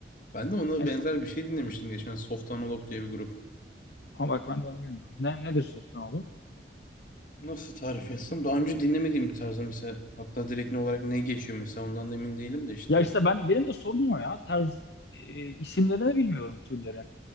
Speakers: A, on the left (about 45°); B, on the left (about 70°).
A: Ben de ona
B: Neyse.
A: benzer bir şey dinlemiştim geçen. Soft Analog diye bir grup.
B: Ama bak ben de onu bilmiyorum. Ne, nedir softan oğlum?
A: Nasıl tarif etsem? Daha önce dinlemediğim bir tarzda mesela hatta direkt ne olarak ne geçiyor mesela ondan da emin değilim de işte
B: Ya işte ben benim de sorunum o ya. Tarz e, isimlerini bilmiyorum türlerin,